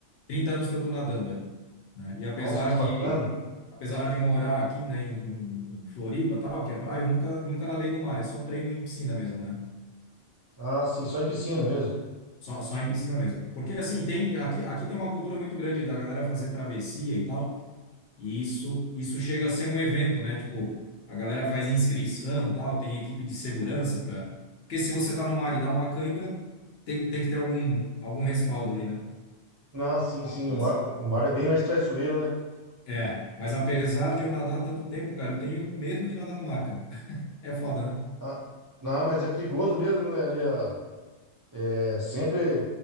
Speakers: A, on the left (about 60°); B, on the right (about 25°).
A: trinta anos que eu tô nadando, é, né? E apesar
B: Nossa, que bacana.
A: de apesar de morar aqui, né, em, em, em Floripa, tal, que é praia, eu nunca nunca nadei no mar, é só treino em piscina mesmo, né?
B: Ah, sim, só em piscina mesmo.
A: Só, só em piscina mesmo. Porque assim, tem aqui aqui tem uma cultura muito grande da galera fazer travessia e tal. E isso, isso chega a ser um evento, né? Tipo, a galera faz inscrição, tal, tem equipe de segurança para. Porque se você tá no mar e dá uma cãibra, tem, tem que ter algum, algum respaldo ali, né?
B: Ah, sim, sim,
A: Mas,
B: o mar, o mar é bem mais traiçoeiro, né?
A: é, mas apesar de eu nadar tanto tempo, cara, eu tenho medo de nadar no mar, cara. <laughs> É foda, né?
B: Ah, não, mas é perigoso mesmo, né? Ali a, É sempre